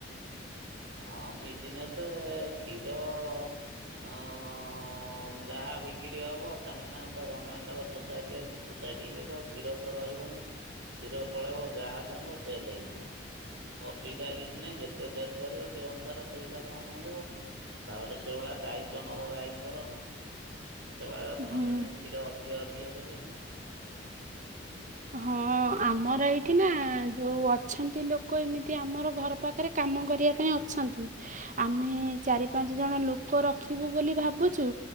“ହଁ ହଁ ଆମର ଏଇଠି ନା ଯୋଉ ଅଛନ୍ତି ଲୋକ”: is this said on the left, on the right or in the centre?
Right